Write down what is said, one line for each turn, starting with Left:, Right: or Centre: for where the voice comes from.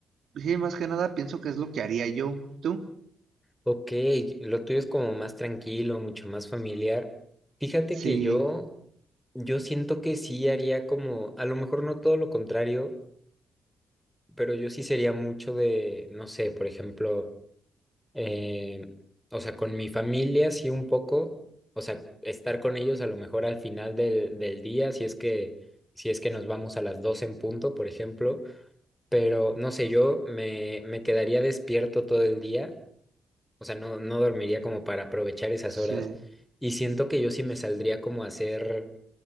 Right: sí, más que nada pienso que es lo que haría yo. ¿Tú?
Centre: Ok, lo tuyo es como más tranquilo, mucho más familiar. Fíjate
Right: Sí,
Centre: que yo, yo siento que sí haría como, a lo mejor no todo lo contrario, pero yo sí sería mucho de, no sé, por ejemplo, eh, o sea, con mi familia sí un poco, o sea, estar con ellos a lo mejor al final del, del día, si es que, si es que nos vamos a las 12 en punto, por ejemplo Pero no sé, yo me, me quedaría despierto todo el día, o sea, no, no dormiría como para aprovechar esas
Right: sí,
Centre: horas y siento que yo sí me saldría como a hacer,